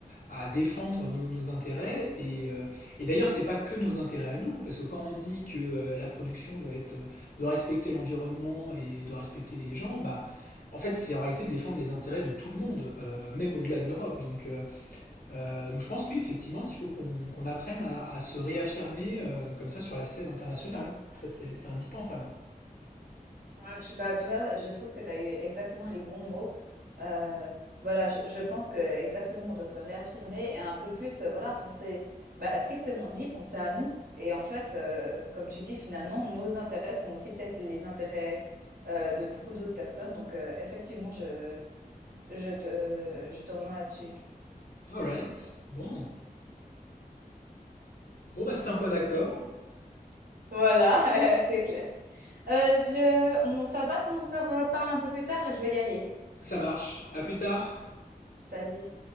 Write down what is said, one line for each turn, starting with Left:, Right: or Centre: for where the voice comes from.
Left: à défendre nos, nos intérêts. Et, euh, et d'ailleurs, c'est pas que nos intérêts à nous, parce que quand on dit que euh, la production doit être euh, de respecter l'environnement et de respecter les gens, bah en fait, c'est en réalité défendre les intérêts de tout le monde, euh, même au-delà de l'Europe. Donc, euh, euh, donc je pense que oui, effectivement, qu'il faut qu'on qu'on apprenne à, à se réaffirmer euh, comme ça sur la scène internationale. Ça, c'est c'est indispensable.
Right: Ouais, je- bah, tu vois, je trouve que tu as eu exactement les bons mots. Euh, voilà, je, je pense que exactement, on doit se réaffirmer et un peu plus, euh, voilà, penser, bah, tristement dit, penser à nous. Et en fait, euh, comme tu dis, finalement, nos intérêts sont aussi peut-être les intérêts euh, de beaucoup d'autres personnes. Donc, euh, effectivement, je, je te, je te rejoins là-dessus.
Left: Alright. Bon. Bon, bah, c'est un point d'accord.
Right: Sup- Voilà, <laughs> c'est clair. Euh, je, on, ça va si on se reparle un peu plus tard? Là, je vais y aller.
Left: Ça marche. À plus tard.
Right: Salut.